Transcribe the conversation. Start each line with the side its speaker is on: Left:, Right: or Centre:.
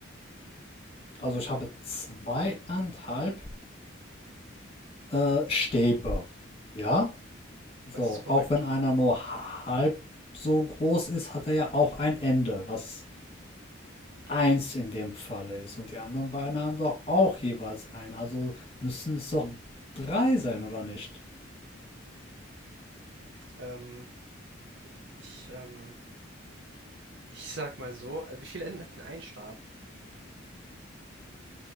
Left: also ich habe zweieinhalb äh, Stäbe. Ja, so.
Right: Das ist korrekt.
Left: Auch wenn einer nur halb so groß ist, hat er ja auch ein Ende, was eins in dem Falle ist. Und die anderen beiden haben doch auch jeweils ein. Also müssen es doch drei sein, oder nicht?
Right: Ähm, ich, ähm, ich sag mal so, äh, wie viele Enden hat denn ein Stab?